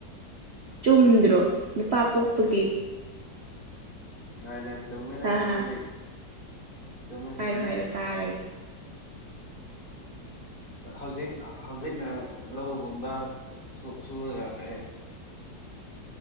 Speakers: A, on the right; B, on the left.
A: ꯆꯨꯝꯗ꯭ꯔꯣ ꯅꯨꯄꯥ ꯄꯣꯛꯄꯒꯤ
B: ꯍꯣꯏꯅꯦ ꯆꯨꯝꯃꯤꯅꯦ
A: ꯍꯥ
B: ꯑꯗꯨꯕꯨꯗꯤ
A: ꯍꯥ
B: ꯆꯨꯝꯃꯦ
A: ꯍꯥꯏꯔꯣ
B: ꯆꯨꯝꯃꯦ
A: ꯍꯥꯏꯔꯣ ꯇꯥꯔꯒꯦ
B: ꯍꯧꯖꯤꯛ ꯍꯧꯖꯤꯛꯅ ꯂꯧꯒꯨꯝꯕ ꯁꯨꯔꯒ ꯀꯩ